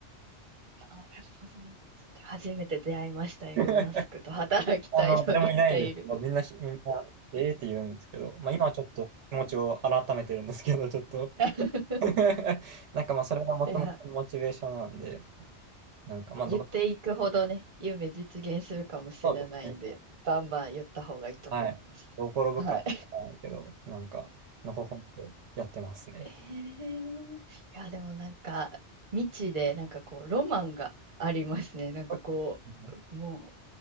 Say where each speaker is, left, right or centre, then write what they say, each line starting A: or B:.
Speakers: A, on the right; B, on the right.
A: なるほど。初めて出会いました、イーロン・
B: <laughs>
A: マスクと働きたいと言っている。
B: あの、誰もいないんですけど、みんなひ、みんな、ええって言うんですけど、まあ今はちょっと気持ちを改めてるんですけど、<laughs> ちょっと
A: <laughs>
B: <laughs> なんかまあそれがもともとモチベーションなんで、
A: いや。
B: なんかまあどう、
A: 言っていくほどね、夢実現するかもしれないんで、
B: そうですね。
A: バンバン言った方がいいと思います。
B: はい。どう転ぶかわからないけど、
A: はい。
B: なんか、のほほんとやってますね。
A: えー、いや、でもなんか、未知で、なんかこう、ロマンがありますね。なんかこう、
B: そうですね
A: も